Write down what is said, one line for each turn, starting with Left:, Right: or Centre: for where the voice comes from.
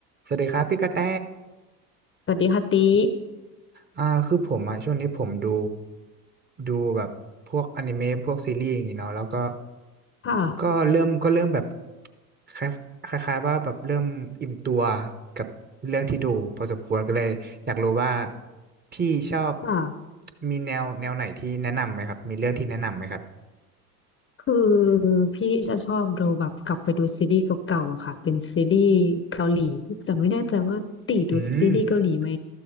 Right: สวัสดีครับพี่กระแต
Left: สวัสดีค่ะตี
Right: อ่าคือผมอ่ะช่วงนี้ผมดูดูแบบพวกอนิเมะพวกซีรีส์อย่างงี้เนาะแล้วก็
Left: ค่ะ
Right: ก็เริ่มก็เริ่มแบบคล้ายคล้ายๆว่าแบบเริ่มอิ่มตัวกับเรื่องที่ดูพอสมควรก็เลยอยากรู้ว่าพี่ชอบ
Left: ค่ะ
Right: มีแนวแนวไหนที่แนะนำไหมครับมีเรื่องที่แนะนำไหมครับ
Left: คือพี่จะชอบดูแบบกลับไปดูซีรีส์เก่าๆอะค่ะเป็นซีรีส์เกาหลีแต่ไม่แน่ใจว่าตีดูซีรีส์เกาหลีไหม
Right: อืม